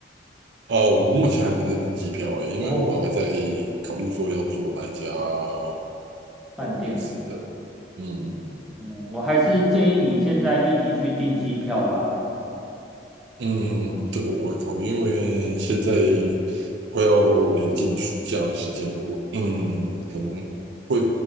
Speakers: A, on the right; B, in the centre.
A: 啊、我目前还没在订机票诶，因为我还在
B: 哦，
A: 考虑说要做哪一家航
B: 饭店。
A: 空公司的。嗯嗯嗯。
B: 嗯，我还是建议你现在立即去订机票吧。
A: 嗯，这个我会考虑，因为现在快要临近暑假的时间了，我嗯可能会